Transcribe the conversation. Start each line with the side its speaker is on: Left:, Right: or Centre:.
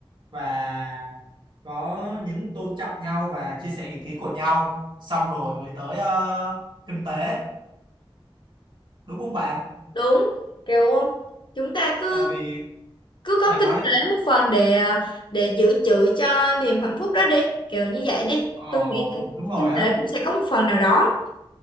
Right: và có những tôn trọng nhau và chia sẻ ý kiến của nhau xong rồi mới tới ờ, kinh tế đúng không bạn
Left: Đúng. Kiểu chúng ta cứ
Right: tại vì
Left: cứ có
Right: bạn
Left: kinh
Right: nói
Left: tế
Right: đi
Left: một phần để à, để dự trữ cho niềm hạnh phúc đó đi kiểu như vậy đi
Right: ờ,
Left: tôi nghĩ thì
Right: đúng rồi
Left: kinh
Right: á
Left: tế cũng sẽ có một phần nào đó